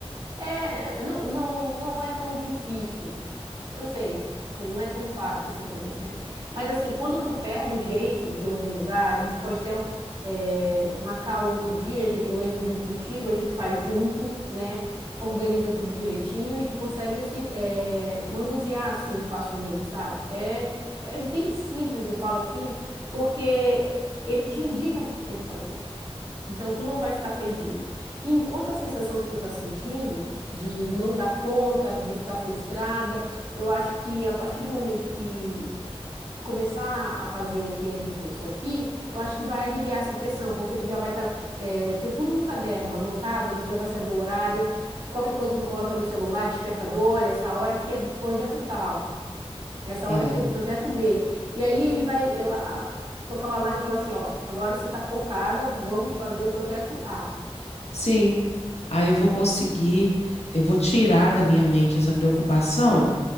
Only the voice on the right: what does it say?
É, é, não, não, não é tão difícil. Eu sei, é, não é tão fácil assim também, né? Mas assim, quando tu pega o jeito de organizar, a gente pode até é, marcar um outro dia, ge- eu entro junto contigo, a gente faz junto, né? Organiza tudo direitinho e tu consegue auxili- é, manusear assim facilmente, sabe? É, é bem simples, eu falo assim, porque ele te indica o que tu tem que fazer. Então, tu não vai ficar perdida. E enquanto a sensação que tu tá sentindo de não dar conta, de ficar frustrada, eu acho que a partir do momento que começar a fazer o que a gente conversou aqui, eu acho que vai aliviar essa pressão, porque tu já vai tá, eh, ter tudo no caderno, anotado, tu já vai saber o horário, qualquer coisa tu coloca no celular, despertador, olha, essa hora aqui é do projeto tal. Essa
hora aqui é do projeto B. E aí ele vai ele, a- tocar o alarme e falar assim, ó, agora você está focada, vamos fazer o projeto A.